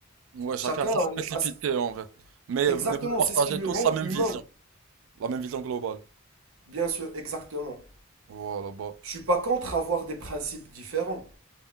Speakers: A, on the right; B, on the right.
A: Ouais,
B: Chacun
A: chacun sa
B: a,
A: spécificité,
B: a ce-
A: en fait. Mais,
B: exactement,
A: mais vous partagez
B: c'est ce qui lui
A: tous
B: rend
A: la même
B: humain.
A: vision. La même vision globale.
B: Bien sûr, exactement.
A: Voilà, bah.
B: Je suis pas contre avoir des principes différents,